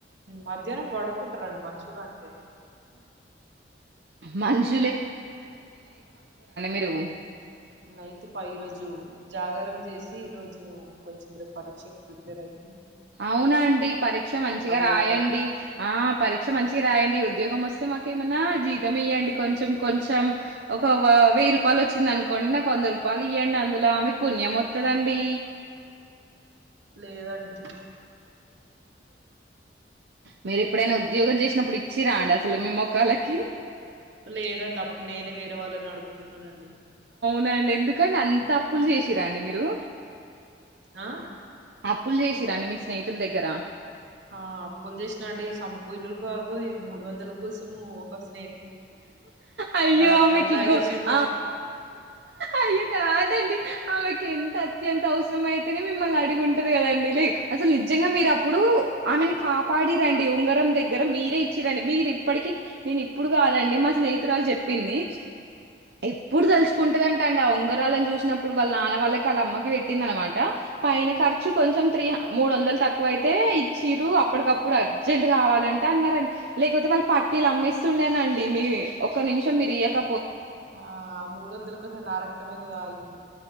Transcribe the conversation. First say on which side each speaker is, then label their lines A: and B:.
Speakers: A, on the right; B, on the right.
A: మధ్యాహ్నం పడుకుంటారండి మనుషులు అంటే
B: మనుష్ మీరు
A: నైట్ పా ఈరోజు జాగారం చేసి ఈరోోజు కొంచెం ర పరక్ష కి ప్రిపేయర్య
B: అవునా అండి పరీక్ష మంచిగా రాయండి
A: కొట్టడమే
B: ఆ పరీక్ష మంచిగా రాయండి ఉద్యోగం వస్తే మాక ఏమైనా జీతం ఇయ్యండి కొంచెం కొంచెం ఒక వెయ్యి రూపాయలు వచ్చింది అనుకోండి నాకు వంద రూపాయలు ఇయ్యండి అందులో మీకు పుణ్యం వతుదండి
A: లేదండి
B: మీరు ఎప్పుడైనా ఉద్యోగం చేసినప్పుడు ఇచ్చిరా అండి అసలు మీ మొక్కాలకి
A: లేదండి అప్పుడు నేనే వేరేవాళ్ళని అడు కున్నానండి
B: నా అండి ఎందుకండి అంత అప్పులు చేసిరా అండి మీరు
A: ఆ
B: అప్పులు చేసిరండి మీ స్నేహితుల దగ్గర
A: ఆ అప్పులు చేసినా అండి సంపూయిను బాబోయ మూడు వందల కోసము ఒకస
B: అయ్యో
A: రక్తం
B: ఆమెకిగో
A: తాగేసింది
B: ఆ అయ్యో కాదండి ఆమెకి ఎంత అత్యంత అవసరం అయితేనే మిమ్మల్ని అడిగుంటది కదండి లే అసలు నిజంగా మీరు అప్పుడు ఆమెను కాపాడిరండి ఉంగరం దగ్గర మీరే ఇచ్చిరండి మీరు ఇప్పటికిీ నేను ఇప్పుడు కాదండి మా స్నేహితురాలు చెప్పింది ఎప్పుడు తలుచుకుంటద అండి ఉంగరాలని చూసినప్పుడు వాళ్ళ నాన్న వాళ్ళకలా అమ్మకి పెట్టింది అనమాట పైన ఖర్చు కొంచెం త్రీ హన్ మూడు వందలు తక్కువ అయితే చిరు అప్పటికప్పుడు అర్జెంట్ కావాలంటే అన్నారండి లేకపోతే వాళ్ళు పట్టీలు అమ్మేస్తుండే అండి మీ ఒక నిమిషం మీరు ఇయక
A: ఆ మూడు వందల కోసం నా రక్తం అయితే తాగింది